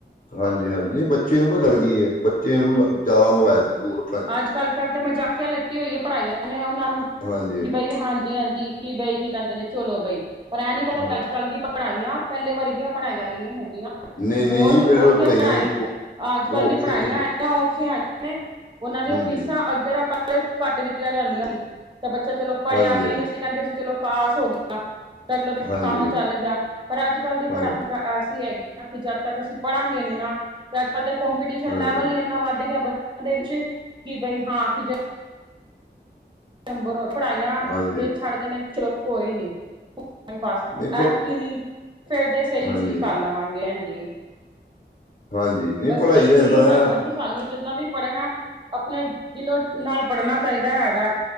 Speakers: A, on the left; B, on the right.
A: ਹਾਂਜੀ- ਹਾਂਜੀ ਨੀ ਬੱਚੇ ਨੂੰ ਪ ਗਲ ਕੀ ਹੈ ਬੱਚੇ ਨੂੰ ਜ਼ਿਆਦਾ ਮੋਬਾਇਲ ਤੋਂ ਦੂਰ ਰ-
B: ਅੱਜ ਕੱਲ ਕੱਲ ਤੇ ਮਜ਼ਾਕੀਆਂ ਲੈਤੀ ਹੋਈ ਹੈ ਪੜਾਈਆਂ ਨੇ ਉਹਨਾਂ ਨੂੰ,
A: ਹਾਂਜੀ
B: ਕਿ ਬਈ ਹਾਂਜੀ- ਹਾਂਜੀ। ਕੀ ਬਈ ਕੀ ਕਹਿੰਦੇ ਨੇ ਚਲੋ ਬਈ ਪਰ ਐਂ ਨੀ ਪਤਾ
A: ਹਾਂਜੀ
B: ਅੱਜ ਕੱਲ ਦੀ ਪ- ਪੜਾਈਆਂ ਪਹਿਲੇ ਵਰਗੀਆਂ ਪੜਾਈਆਂ ਨਹੀਂ ਹੈਗੀਆਂ।
A: ਨਹੀਂ
B: ਬਹੁਤ
A: ਨਹੀਂ ਜੀ
B: ਔਖਿਆ
A: ਪਹਿਲੋਂ ਪੜ੍ਹਾਈਆਂ
B: ਪੜਾਈ
A: ਨੇ ਬਹੁ
B: ਅੱਜ
A: ਬਹੁਤ
B: ਕੱਲ ਦੀ
A: ਔਖੀਆਂ
B: ਪੜਾਈਆਂ
A: ਨੇ।
B: ਔਖੀ ਆਈਆਂ ਨੇ ਉਹਨਾਂ ਦੀਆਂ
A: ਹਾਂਜੀ
B: ਫੀਸਾਂ ਅੱਗਰ ਆਪਾਂ ਘੱਟ ਦਿੱਤੀਆਂ ਜਾਂਦੀਆਂ ਸੀ, ਤੇ ਬੱਚਾ ਚਲੋ ਪੜਿਆ
A: ਹਾਂਜੀ
B: ਨਹੀਂ ਅਸੀਂ ਕਹਿੰਦੇ ਸੀ ਚਲੋ ਪਾਸ ਹੋ ਗੇ- ਮਤਲਬ
A: ਹਾਂਜੀ
B: ਕੰਮ ਚੱਲ ਗਿਆ ਪਰ ਅੱਜ ਕੱਲ ਦੀ ਪੜਾਈ
A: ਹਾਂਜੀ
B: ਤਾਂ ਅਸੀ ਹੈਗੇ ਕਿ ਜਦ ਤੱਕ ਅਸੀਂ ਪੜਾਂਗੇ ਨੀ ਨਾ ਤੇ ਅੱਜ ਕੱਲ ਤਾਂ ਕੋਂਪੀਟੀਸ਼ਨ
A: ਹਾਂਜੀ
B: ਲੈਵਲ ਹੀ ਇੰਨਾ ਵੱਧ ਗਿਆ ਬੱਚਿਆਂ ਦੇ ਵਿੱਚ, ਕਿ ਬਈ ਹਾਂ ਕਿ ਅੰਬਰ ਹੋ, ਪੜਾਈਆਂ
A: ਹਾਂਜੀ
B: ਦੇ ਛੱਡਦੇ ਨੇ ਚਲੋ ਕੋਈ ਨੀ। ਪਾਸ
A: ਨਹੀਂ
B: ਐਤਕੀ
A: ਪਰ
B: ਨੀ ਫੇਰ ਦੇ ਸਹੀ
A: ਹਾਂਜੀ
B: ਸੀ ਕਰ ਆਵਾਂਗੇ ਹਾਂਜੀ।
A: ਹਾਂਜੀ ਨਹੀਂ
B: ਬਸ
A: ਪੜ੍ਹਾਈ
B: ਇਹੀ
A: ਦਾ ਇੱਦਾਂ
B: ਹੈਗਾ
A: ਆ
B: ਕਿ ਸਾਨੂੰ ਜਿੰਨਾ ਵੀ ਪੜਨਾ ਹੈ। ਆਪਣੇ ਦਿਲੋਂ ਨਾਲ ਪੜਨਾ ਚਾਹੀਦਾ ਹੈਗਾ,